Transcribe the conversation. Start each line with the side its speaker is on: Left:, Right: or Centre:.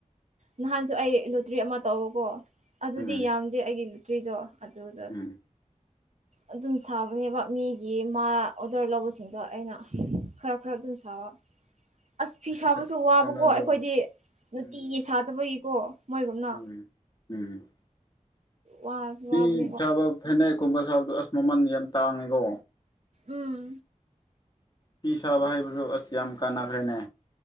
Right: ꯅꯍꯥꯟꯁꯨ ꯑꯩ ꯂꯨꯇ꯭ꯔꯤ ꯑꯃ ꯇꯧꯎꯀꯣ ꯑꯗꯨꯗꯤ
Left: ꯎꯝ
Right: ꯌꯥꯝꯗꯦ ꯑꯩꯒꯤ ꯂꯣꯇ꯭ꯔꯤꯗꯣ ꯑꯗꯨꯗ
Left: ꯎꯝ
Right: ꯑꯗꯨꯝ ꯁꯥꯕꯅꯦꯕ ꯃꯤꯒꯤ ꯃꯥ ꯑꯣꯗꯔ ꯂꯧꯕꯁꯤꯡꯗꯣ ꯑꯩꯅ ꯈꯔ ꯈꯔ ꯑꯗꯨꯝ ꯆꯕ ꯑꯁ ꯐꯤ ꯁꯥꯕꯁꯨ
Left: ꯐ
Right: ꯋꯥꯕꯀꯣ
Left: ꯀꯩꯅꯣꯗꯣ
Right: ꯑꯩꯈꯣꯏꯗꯤ ꯅꯨꯡꯇꯤꯒꯤ
Left: ꯎꯝ
Right: ꯁꯥꯗꯕꯒꯤꯀꯣ ꯃꯣꯏꯒꯨꯝꯅ
Left: ꯎꯝ ꯎꯝ
Right: ꯋꯥꯁꯨ
Left: ꯐꯤ
Right: ꯋꯥꯕꯅꯦꯕ
Left: ꯁꯥꯕ ꯐꯅꯦꯛꯀꯨꯝꯕ ꯁꯥꯕꯗꯣ ꯑꯁ ꯃꯃꯜ ꯌꯥꯝ ꯇꯥꯡꯉꯤꯀꯣ
Right: ꯎꯝ
Left: ꯐ ꯁꯥꯕ ꯍꯩꯕꯁꯨ ꯑꯁꯤ ꯌꯥꯝ ꯀꯥꯟꯅꯈ꯭ꯔꯦꯅꯦ